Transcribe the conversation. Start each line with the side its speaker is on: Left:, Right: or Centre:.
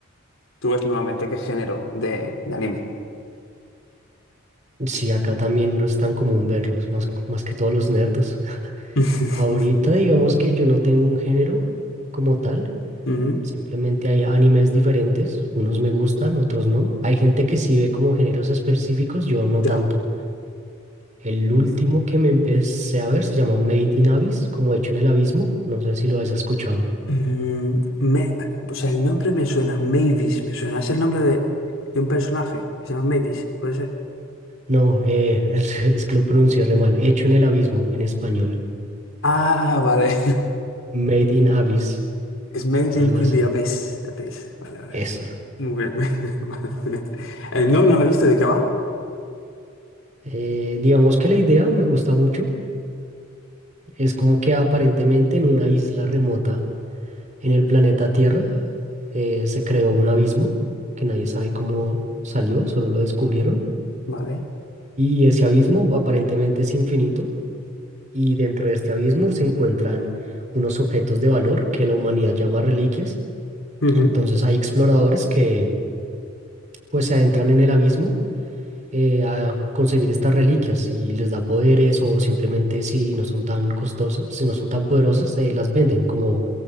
Left: tú ves normalmente? ¿Qué género de, de anime?
Right: Sí, acá también no es tan común verlos, más, más que todos los nerdos. <laughs>
Left: <laughs>
Right: Ahorita digamos que yo no tengo un género como tal,
Left: Ujú,
Right: simplemente hay animes diferentes, unos me gustan, otros no. Hay gente que sí ve como géneros específicos, yo no tanto.
Left: Ya.
Right: El último que me empecé a ver se llama Made in Abyss, como hecho en el abismo, no sé si lo has escuchado.
Left: Mm, me- o sea, el nombre me suena, Mavis, me suena. Es el nombre de, de un personaje que se llama Mavis, puede ser.
Right: No, eh, <laughs> es, es que lo pronuncié re mal. Hecho en el abismo, en español.
Left: Ah, vale. <laughs>
Right: Made in Abyss,
Left: Es Made
Right: algo
Left: in,
Right: así.
Left: in the Abyss. Abyss. Vale, vale.
Right: Eso.
Left: Muy bien. <laughs> Vale, muy bien. Eh, no, no lo he visto. ¿De qué va?
Right: Eh, digamos que la idea me gusta mucho. Es como que aparentemente en una isla remota en el planeta Tierra eh, se creó un abismo que nadie sabe cómo salió, solo lo descubrieron.
Left: Vale.
Right: Y ese abismo aparentemente es infinito. Y dentro de este abismo se encuentran unos objetos de valor que la humanidad llama reliquias.
Left: Ujú.
Right: Entonces hay exploradores que pues se adentran en el abismo eh, a conseguir estas reliquias y les da poderes o simplemente si no son tan costosas, si no son tan poderosas, eh, las venden como